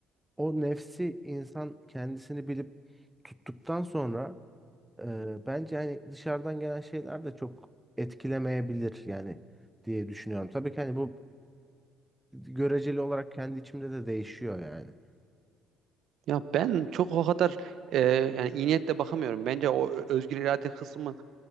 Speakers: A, in the centre; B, on the right (about 60°).
A: o nefsi insan kendisini bilip tuttuktan sonra e, bence hani dışarıdan gelen şeyler de çok etkilemeyebilir yani diye düşünüyorum. Tabii ki hani bu göreceli olarak kendi içimde de değişiyor yani.
B: ya ben çok o kadar e, yani iyi niyetle bakamıyorum. Bence o ö- özgür irade kısmı